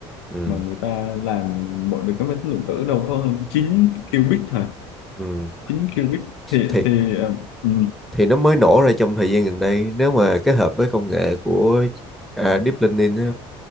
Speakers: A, in the centre; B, on the left.
A: ừ,
B: mà người ta làm mọi được cái máy tính lượng tử đâu có chín qubit hả
A: ừ,
B: chín qubit thì
A: thì
B: thì ờ, ừ,
A: thì nó mới nổ ra trong thời gian gần đây nếu mà kết hợp với công nghệ của à, Deep Learning á,